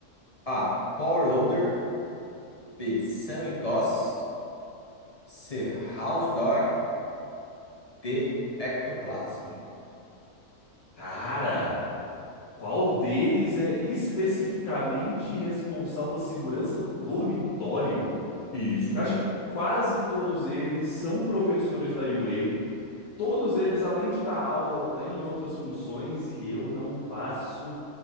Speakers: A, on the left (about 30°); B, on the left (about 65°).
A: A. Power Loader. B. Semintoss. C. Hound Dog. D. Ectoplasm.
B: Cara, qual deles é especificamente responsável pela segurança do dormitório?
A: Isso
B: Eu
A: mesmo.
B: acho que quase todos eles são professores da UA. Todos eles, além de dar aula, têm outras funções e eu não faço